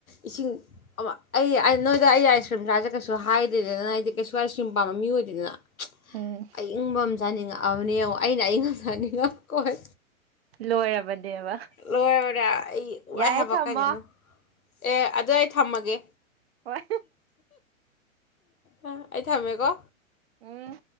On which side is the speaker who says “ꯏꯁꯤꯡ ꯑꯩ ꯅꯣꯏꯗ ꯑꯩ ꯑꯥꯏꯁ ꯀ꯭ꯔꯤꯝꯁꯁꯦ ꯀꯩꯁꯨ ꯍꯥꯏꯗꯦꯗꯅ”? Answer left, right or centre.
Left